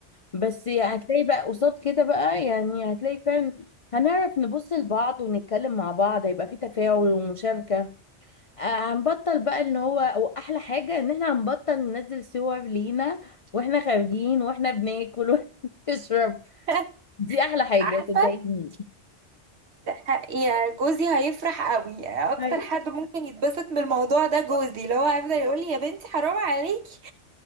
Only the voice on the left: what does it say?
بس هتلاقي بقى قصاد كده بقى يعني هتلاقي فعلا هنعرف نبص لبعض ونتكلم مع بعض هيبقى في تفاعل ومشاركة آه، هنبطل بقى ان هو واحلى حاجة ان احنا هنبطل ننزل صور لينا واحنا خارجين واحنا بناكل واحنا <laughs> بنشرب
دي احلى حاجة
صدقيني
أيوة.
<laughs>